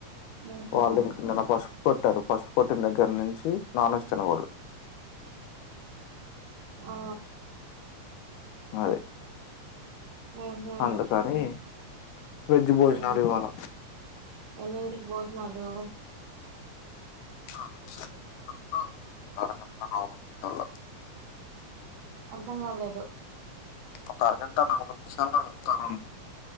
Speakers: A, on the right; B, on the left.
A: ఉహు
B: వాళం నినపాస్సుపు కొట్టారు పసుపు కొట్టిన దగ్గర నుంచి నాన్ వెజ్ తినగోడదు
A: ఆ
B: అది
A: ఉహు
B: అందుకని వెజ భోజనాలఇవ్వాల
A: ఉ ఎన్నింటికి భోజనాలు
B: నకుతెలిసి ఒక అరగంట పావు గంట
A: అర్ధం కాలేదు
B: ఒక అరగంట నలభై నిమిషాల వెళ్తాను